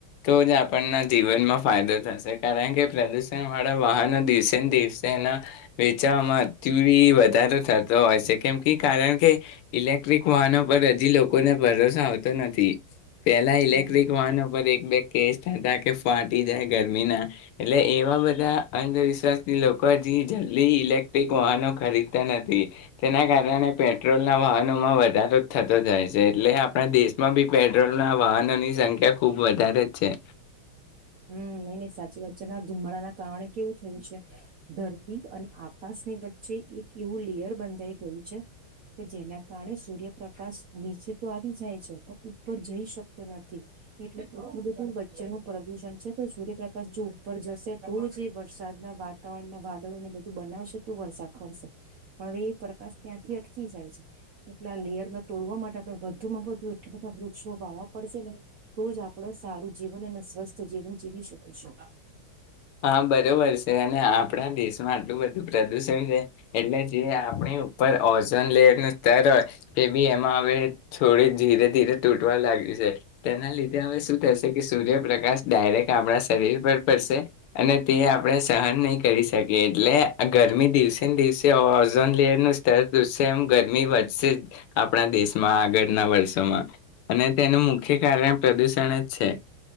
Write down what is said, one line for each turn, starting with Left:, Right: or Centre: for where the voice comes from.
Left: તો જ આપણના જીવનમાં ફાયદો થશે કારણ કે પ્રદુષણ વાળા વાહનો દિવસેને દિવસે એના વેચાવામાં અતિ વધારો થતો હોય છે કેમ કે કારણ કે ઇલેક્ટ્રિક વાહનો પર હજી લોકોને ભરોસો આવતો નથી. પેલા ઇલેક્ટ્રિક
Right: હમ
Left: વાહનો પર એક બેગ કેસ થતા કે ફાટી જાય ગરમીના એટલે એવા બધા અંધવિશ્વાસથી લોકો હજી જલ્દી ઇલેક્ટ્રિક વાહનો ખરીદતા નથી તેના કારણે પેટ્રોલના વાહનોમાં વધારો થતો જાય છે એટલે આપણા દેશમાં બી પેટ્રોલના વાહનોની સંખ્યા ખુબ વધારે છે.
Right: હમ નહી નહી સાચી વાત છે ના ધુમાડાના કારણે કેવું થયું છે ધરતી અને આકાશની વચ્ચે એક એવું લેયર બંધાઈ ગયું છે કે જેના કારણે સૂર્યપ્રકાશ નીચે તો આવી જાય છે પણ ઉપર જઈ શકતો નથી એટલે આટલું બધું વચ્ચેનું પ્રદુષણ સૂર્યપ્રકાશ જો ઉપર જશે તો જ એ વરસાદના વાતાવરણના વાદળોને બધું બનાવશે તો વરસાદ પરશે પણ હવે એ પ્રકાશ ત્યાંથી અટકી જાય છે એટલે આ લેયરમાં તોડવા માટે આપડે વધુમાં વધુ એટલા બધા વૃક્ષો વાવા પડશે ને તોજ આપડે સારું જીવન અને સ્વસ્થ તો જીવન જીવી શકીશું.
Left: હા બરોબર છે અને આપણા દેશમાં આટલું બધું પ્રદુષણ છે એટલે જે આપણી ઉપર ઓઝન લેયરનું સ્તર હોય એ બી એમાં હવે થોડી ધીરે ધીરે તૂટવા લાગ્યું છે તેના લીધે હવે શું થશે કે સૂર્યપ્રકાશ ડાયરેક્ટ આપણા શરીર પર પડશે અને તે આપણે સહન નહીં કરી શકીએ એટલે ગરમી દિવસેને દિવસે ઓઝોન લેયરનું સ્તર પૂશે એમ ગરમી વધશે જ આપણા દેશમાં આગળના વર્ષોમાં અને તેનું મુખ્ય કારણ પ્રદુષણ જ છે